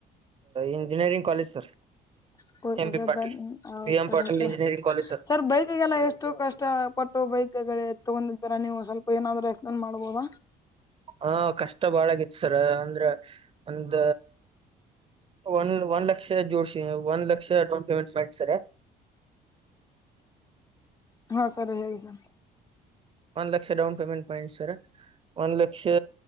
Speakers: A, on the right; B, on the left.
A: engineering college sir.
B: <unintelligible>
A: M B Patil B M Patil engineering college
B: sir ಬೈಕಿ ಗೆಲ್ಲ ಎಷ್ಟ ಎಷ್ಟು ಕಷ್ಟ ಪಟ್ಟು ಬೈಕ್ಗಳ ತಗೊಂದಿದಿರ ನೀವು ಸ್ವಲ್ಪ ಏನಾದರೂ ಎಕ್ಸ್ ಪ್ಲೇನ್ ಮಾಡ್ಬೋದ.
A: ಹಾ ಕಷ್ಟ ಬಾಳಗೈತಿ ಸರ ಅಂದ್ರ ಒಂದ. ಒನ್ ಒಂದ್ ಲಕ್ಷ ಜೋಡ್ಸಿನಿ ಒಂದ್ ಲಕ್ಷ ಡೌನ್ ಪೇಮೆಂಟ್ ಮಾಡಿನ್ ಸರ.
B: ಹಾ ಸರ್ ಹೇಳಿ ಸರ್.
A: ಒಂದ್ ಲಕ್ಷ ಡೌನ್ ಪೇಮೆಂಟ್ ಮಾಡಿನಿ ಸರ. ಒಂದ್ ಲಕ್ಷ